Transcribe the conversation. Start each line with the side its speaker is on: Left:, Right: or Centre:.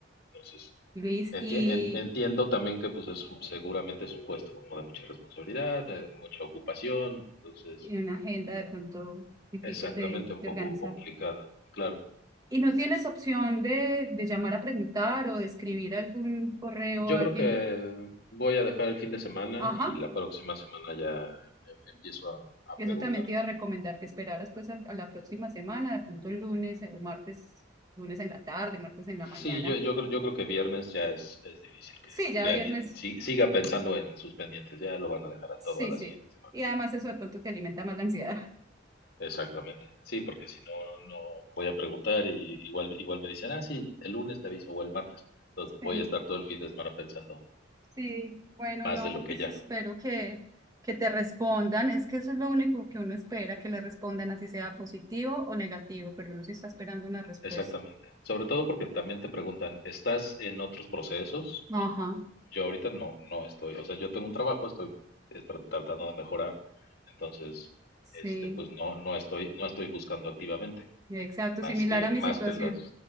Left: Entonces,
Right: Luis,
Left: enti-
Right: y,
Left: en- entiendo también que pues es, seguramente es un puesto como de mucha responsabilidad, de mucha ocupación, entonces
Right: y una agenda de pronto difícil
Left: exactamente
Right: de,
Left: un
Right: de
Left: poco
Right: organizar.
Left: complicado, claro.
Right: ¿Y no tienes opción de, de llamar a preguntar o de escribir algún correo
Left: Yo
Right: a
Left: creo
Right: alguien?
Left: que voy a dejar el fin de semana
Right: Ajá.
Left: y la próxima semana ya em- empiezo a, a
Right: Eso
Left: preguntar.
Right: también te iba a recomendar que esperaras pues a, a la próxima semana, de pronto el lunes eh, o martes, lunes en la tarde, martes en la mañana.
Left: Sí, yo, yo creo, yo creo que viernes ya es, es difícil que,
Right: Sí, ya
Left: que
Right: viernes,
Left: alguien si- siga pensando en sus pendientes, ya lo van a dejar a
Right: sí,
Left: todo a la
Right: sí.
Left: siguiente semana.
Right: Y además eso de pronto te alimenta más la ansiedad. <laughs>
Left: Exactamente. Sí, porque si no, no voy a preguntar y igual, igual me dicen, ah, sí, el lunes te aviso o el martes. Entonces
Right: Sí,
Left: voy a estar todo el fin de semana pensando
Right: sí, bueno,
Left: más
Right: no,
Left: de lo que
Right: pues
Left: ya.
Right: espero que, que te respondan. Es que eso es lo único que uno espera, que le respondan, así sea positivo o negativo, pero uno sí está esperando una respuesta.
Left: Exactamente. Sobre todo porque también te preguntan, ¿estás en otros procesos?
Right: Ajá,
Left: Y Yo ahorita no, no estoy. O sea, yo tengo un trabajo, estoy eh, tra- tratando de mejorar. Entonces,
Right: sí,
Left: este, pues no, no estoy, no estoy buscando activamente,
Right: exacto,
Left: más
Right: similar
Left: que,
Right: a mi situación.
Left: más que las,